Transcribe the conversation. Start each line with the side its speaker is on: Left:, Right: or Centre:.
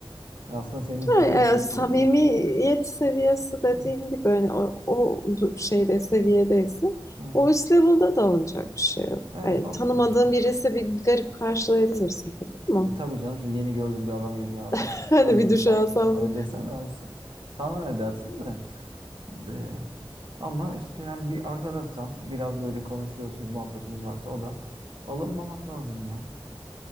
Right: aslında senin için
Left: Ha,
Right: iyi bir şey
Left: e, samimiyet
Right: söylüyor.
Left: seviyesi dediğim
Right: Hı.
Left: gibi hani o, o du- şeyde seviyedeyse
Right: Hı hı.
Left: o üst level'da da olacak bir şey yok.
Right: Evet
Left: Yani
Right: onda
Left: tanımadığın
Right: da bir şey yok.
Left: birisi bir garip karşılayabilirsin tabii ama
Right: E tabii canım şimdi yeni gördüm bir adam gibi ya
Left: <laughs>
Right: bir
Left: hani
Right: duşa mı
Left: bir
Right: girsem
Left: duş alsam
Right: falan
Left: bile.
Right: öyle desen ya, sana ne dersin de. Ee, ama işte yani bir arkadaşsan biraz böyle konuşuyorsunuz, muhabbetiniz varsa o da alınmamak lazım ya.